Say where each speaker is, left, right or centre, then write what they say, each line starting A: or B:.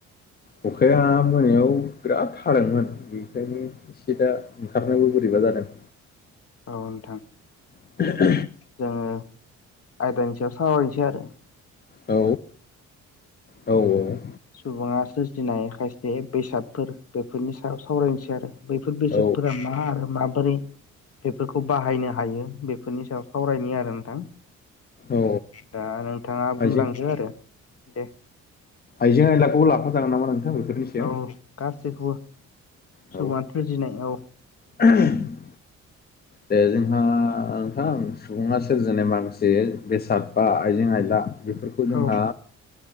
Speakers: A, on the left (about 30°); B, on the left (about 50°).
A: अखाया मोनायाव बिराद हादोंमोन बेखायनो एसे दा ओंखारनोबो बोरैबा जादों।
B: औ नोंथां
A: <inaudible>
B: जोंङो आयदानि सायाव सावरायनोसै आरो
A: औ औ औ
B: सुबुंङा सोरजिनाय खायसे बेसादफोर बेफोरनि सायाव सावरायनोसै आरो बैफोर बेसादफोरा
A: औ
B: मा आरो माबोरै बेफोरखौ बाहायनो हायो बेफोरनि सायाव सावरायनो आरो नोंथां।
A: औ
B: दा नोंथाङा बुंलांदो
A: आइजें
B: आरो दे
A: आइजें आयलाखौबो लाफाजागोन नामा नोंथां बेफोरनि सायाव
B: औ गासैखौबो
A: औ
B: सुबुङा सोरजिनाय औ
A: <inaudible> दे जोंहा नोंथां सुबुङा सोरजिनाय माखासे बेसाद बा आइजें आयला बेफोरखौ जोंहा
B: औ